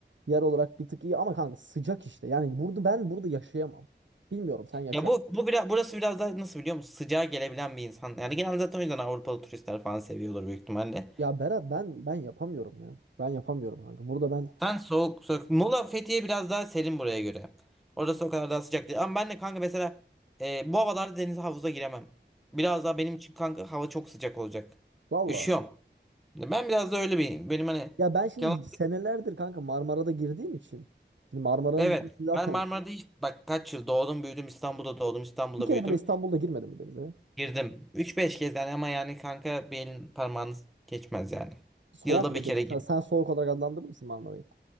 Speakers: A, on the right; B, in the centre.
A: Yer olarak bir tık iyi ama kanka sıcak işte. Yani burada ben burada yaşayamam. Bilmiyorum sen yaşa.
B: Ya bu bu biraz burası biraz daha nasıl biliyor musun? Sıcağa gelebilen bir insan. Yani genelde zaten o yüzden Avrupalı turistler falan seviyorlar büyük ihtimalle.
A: Ya Berat ben ben yapamıyorum ya. Ben yapamıyorum kanka. Burada ben
B: Sen soğuk soğuk. Muğla Fethiye biraz daha serin buraya göre. Orası o kadar daha sıcak değil. Ama ben de kanka mesela e, bu havalarda denize havuza giremem. Biraz daha benim için kanka hava çok sıcak olacak.
A: valla.
B: Üşüyorum. Ben biraz da öyle bir benim hani
A: Ya ben şimdi
B: Kemal-
A: senelerdir kanka Marmara'da girdiğim için. Şimdi Marmara'nın
B: evet
A: zaten
B: ben Marmara'da hiç bak kaç yıl doğdum büyüdüm İstanbul'da doğdum İstanbul'da
A: bir kere
B: büyüdüm.
A: bile İstanbul'da girmedim mi denize?
B: Girdim. üç beş kez yani ama yani kanka bir elin parmağınız geçmez yani.
A: Soğuk
B: Yılda
A: mudur?
B: bir kere girdim.
A: Sen, sen soğuk olarak adlandırır mısın Marmara'yı?